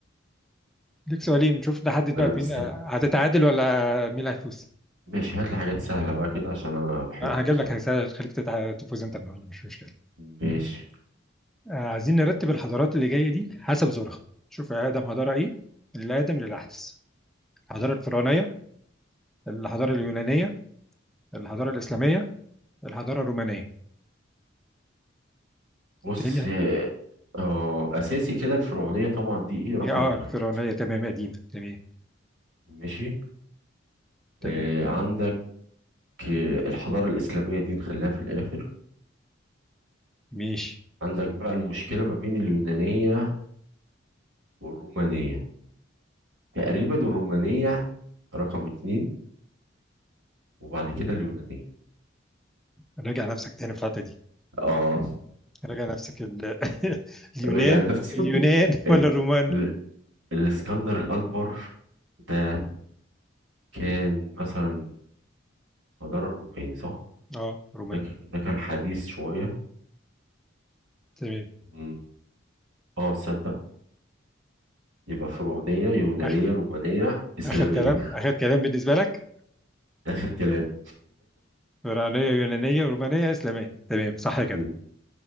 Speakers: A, in the centre; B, on the right.
A: ليك سؤالين نشوف نحدد بقى
B: ما انا
A: مين
B: مستني
A: آه، هتتعادل ولا مين اللي هيفوز
B: ماشي هات لي حاجات سهلة بقى كده عشان انا بحبك
A: انا هجيب
B: بصراحة
A: لك هسأل خليك تتع- تفوز انت النهارده مش مشكله
B: ماشي
A: آه، عايزين نرتب الحضارات اللي جايه دي حسب زورها شوف يا ادم حضاره ايه من الادم للاحدث الحضاره الفرعونيه الحضاره اليونانيه الحضاره الاسلاميه الحضاره الرومانيه
B: بص
A: تاني
B: اه اساسي كده الفرعونية طبعا دي ايه رقم
A: اه
B: واحد
A: الفرعونيه تمام قديمه تمام
B: ماشي
A: تمام
B: آه عندك آه الحضارة الإسلامية دي نخليها في الآخر
A: ماشي
B: عندك بقى المشكلة ما بين اليونانية والرومانية تقريبا
A: م.
B: الرومانية رقم اتنين وبعد كده اليونانية
A: راجع نفسك تاني في الحته دي
B: اه
A: راجع نفسك ال... <laughs> اليونان
B: رجع نفسي
A: اليونان
B: <laughs> ال...
A: ولا الرومان
B: ال... الاسكندر الأكبر ده كان مثلا حضارة الروماني صح؟
A: اه روماني
B: ده ك... ده كان حديث شوية
A: تمام
B: مم. اه تصدق يبقى فرعونية يونانية
A: آخ...
B: رومانية إسلامية
A: اخر كلام اخر كلام بالنسبه لك
B: <laughs> آخر كلام
A: فرعونيه يونانيه ورومانيه اسلاميه تمام صح كده
B: مم.